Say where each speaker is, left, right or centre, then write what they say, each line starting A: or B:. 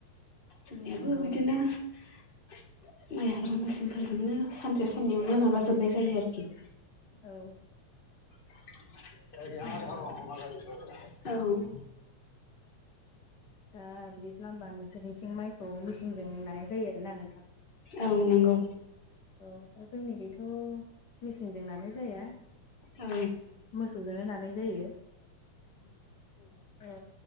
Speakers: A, on the left (about 30°); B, on the left (about 80°).
A: जोंनियाबो
B: नंगौ
A: बिदिनो
B: नोंथां
A: माइ हाग्रा मेसिनफोरजोंनो सानसे साननैयावनो माबाजोबनाय जायो आरोखि।
B: औ
A: <unintelligible>
B: नंगौ नोंथां
A: औ।
B: दा बिदिब्ला होनबा नोंसोरनि थिं माइखौ मेसिनजों नानाय जायो आरोना नोंथां?
A: औ नंगौ
B: औ दा जोंनि खैथ' मेसिनजों नानाय जाया
A: औ
B: मोसौजोंनो नानाय जायो। औ।